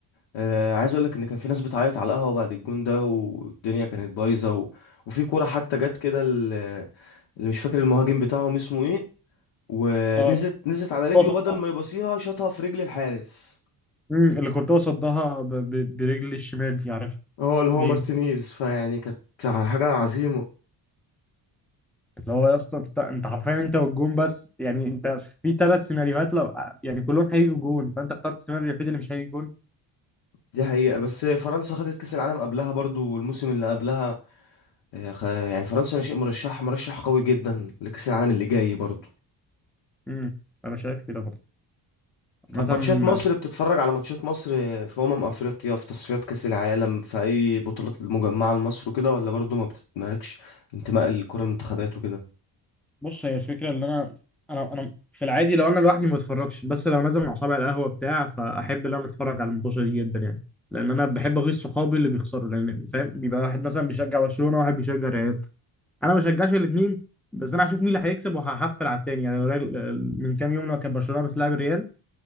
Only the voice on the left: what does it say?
آه عايز اقول لك ان كان في ناس بتعيط على القهوه بعد الجون ده والدنيا كانت بايظه و... وفي كوره حتى جت كده ال- اللي مش فاكر المهاجم بتاعهم اسمه ايه ونزلت
نزلت على رجله
بدل ما يبصيها شاطها في رجل الحارس
هو اللي هو
مارتينيز فيعني كانت حاجه عظيمه
دي حقيقة بس فرنسا خدت كأس العالم قبلها برضو والموسم اللي قبلها آه، خ- يعني فرنسا أنا شيء مرشح مرشح قوي جدا لكأس العالم اللي جاي برضو
طب
ماتشات مصر بتتفرج على ماتشات مصر في أمم أفريقيا في تصفيات كأس العالم في أي بطولات المجمعة لمصر وكده ولا برضو ما بتتمالكش انتماء الكرة المنتخبات وكده